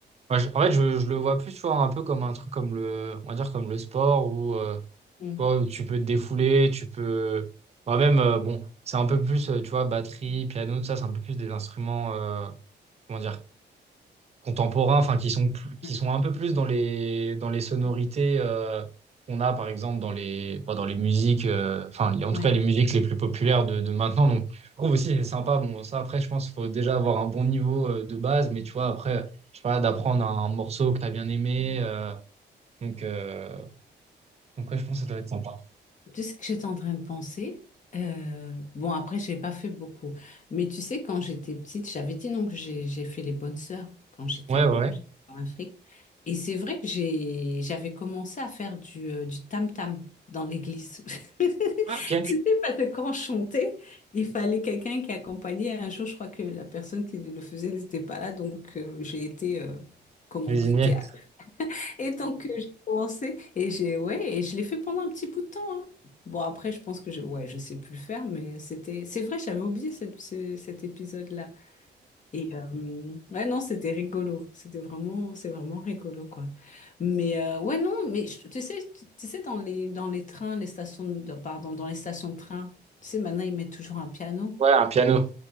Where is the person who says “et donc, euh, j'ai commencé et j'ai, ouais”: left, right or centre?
Left